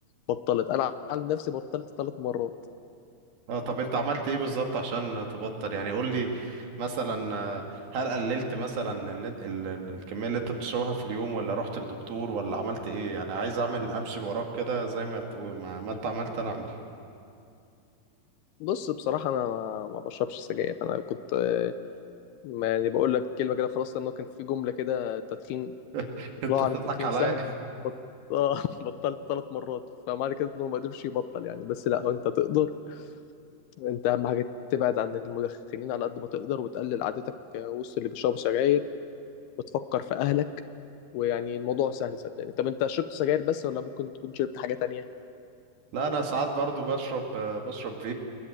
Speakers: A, on the left (about 75°); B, on the right (about 65°).
A: بطلت انا عن نفسي بطلت ثلاث مرات
B: اه طب انت عملت ايه بالظبط عشان تبطل يعني قول لي مثلا آه، هل قللت مثلا ال ال ال الكمية اللي انت بتشربها في اليوم ولا رحت للدكتور ولا عملت ايه يعني عايز اعمل امشي وراك كده زي ما تقول ما, ما انت عملت انا اعمل
A: بص بصراحه انا ما ما بشربش سجاير انا كنت آه، ما يعني بقول لك كلمه كده خلاص لانه كان في جمله كده تدخين
B: <laughs>
A: اقلاعه
B: انت تضحك
A: عن التدخين
B: عليا
A: سهل بط... آه، <laughs> بطلت ثلاث مرات فمعنى كده انه ما قدرش يبطل يعني بس لا انت تقدر انت اهم حاجه تبعد عن المدخنين على قد ما تقدر وتقلل عادتك آه، وسط اللي بيشربوا سجاير وتفكر في اهلك ويعني الموضوع سهل صدقني طب انت شربت سجاير بس ولا ممكن تكون شربت حاجه تانية
B: لا انا ساعات برضو بشرب آه، بشرب فيب